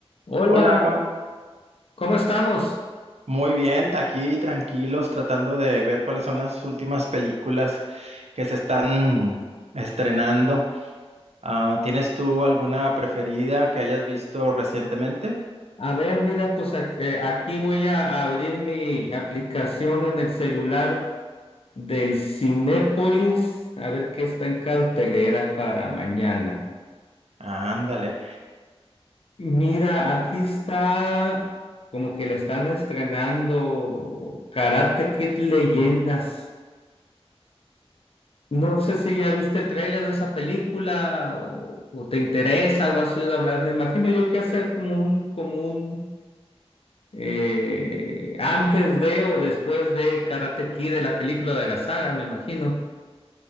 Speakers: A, on the left (about 65°); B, on the right (about 80°).
A: Hola,
B: Hola, ¿cómo-
A: ¿cómo estamos?
B: Muy bien, aquí tranquilos, tratando de ver cuáles son las últimas películas que se están estrenando. Ah, ¿tienes tú alguna preferida que hayas visto recientemente?
A: A ver, mira, pues ac- eh, aquí voy a abrir mi aplicación en el celular del Cinépolis, a ver qué está en cartelera para mañana.
B: Ándale.
A: Mira, aquí está como que le están estrenando Karate Kid Leyendas. No sé si ya viste el tráiler de esa película o, o te interesa o has oído hablar. Me imagino yo que hacer como un, como un eh, antes de o después de Karate Kid, de la película de la saga, me imagino.